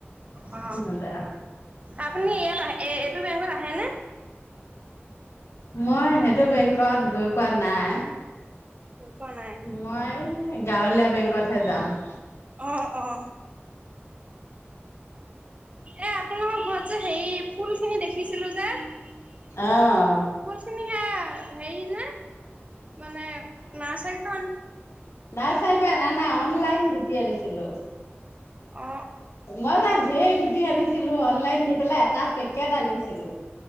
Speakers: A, on the left (about 80°); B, on the right (about 30°).
A: সিহঁতে
B: অ আপুনি ইয়াত আহে এ এইটো বেংকত আহেনে?
A: মই সেইটো বেংকত গৈ পোৱা নাই।
B: পোৱা নাই
A: মই গাঁৱলীয়া বেংকতহে যাওঁ। <inaudible>
B: অ', অ'। এ আপোনালোকৰ ঘৰত যে সে ফুল খিনি দেখিছিলো যে ফুল
A: অ'
B: খিনি হে হেৰি নে? মানে না চাইত
A: নাই চাইবা ন নাই অনলাইন গুটি আনিছিলো।
B: অ
A: নাই, নাই ধেৰ গুট ক আনিছিলো অনলাইন দি পেলাই এটা পেক কে আনিছিলো।